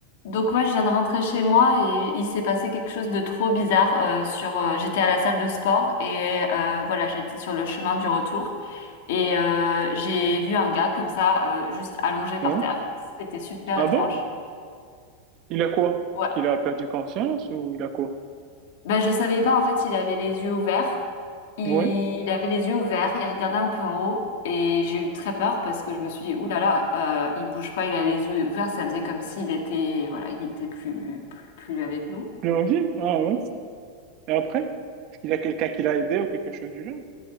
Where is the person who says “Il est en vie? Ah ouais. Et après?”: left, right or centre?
Right